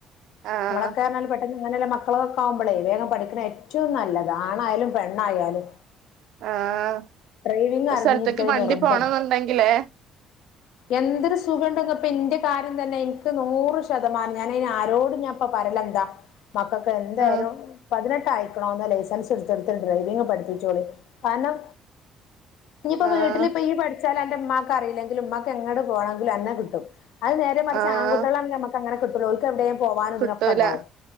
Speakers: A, on the right; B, on the left.
A: ആഹ്
B: നിങ്ങളൊക്കെ പറ്ഞ്ഞാല് പഠി അങ്ങനല്ല മക്കളൊക്കെ ആവുമ്പളേ വേഗം പഠിക്ക്ണ ഏറ്റവും നല്ലത് ആണായാലും പെണ്ണായാലും.
A: ആഹ്
B: ഡ്രൈവിങ്
A: ഒരു
B: അറിഞ്ഞിരിക്കണം
A: സ്ഥലത്തേക്ക് മണ്ടി
B: നിർബന്ധ
A: പോണംന്നുണ്ടെങ്കിലേ
B: എന്തൊരു സുഖം ഉണ്ടന്ന്പ്പന്റെ കാര്യം തന്നെ ഇന്ക്ക് നൂറ് ശതമാനം ഞൻ ആരോടും ഞാൻ. ഇപ്പൊ പറിലെന്താ മക്കൾക്ക് എന്തായാലും.
A: ആഹ്
B: പതിനെട്ട് ആയിക്ക്ണോ എന്ന ലൈസൻസ് ഇട്ത്തൊട്ത്ത് ഡ്രൈവിങ് പഠിപ്പിച്ചോളി കാരണം. ഇഞിപ്പോ
A: ആഹ്
B: വീട്ടിലിപ്പ ഈ പഠിച്ചാല് അന്റെ ഇമ്മാക്ക് അറീലെങ്കിലും ഇമ്മാക്ക് എങ്ങട്ട് പോണെങ്കിലും അന്നെ കിട്ടും. അഅ് നേരെ മറ്ച്ച്
A: ആഹ്
B: ആൺകുട്ടിളാണ് നമ്മക്ക് അങ്ങനെ കിട്ടൂല ഓൽക്ക് എവിടെ പോവാനും ഇതിനൊക്കെണ്ടാവും
A: കിട്ടൂല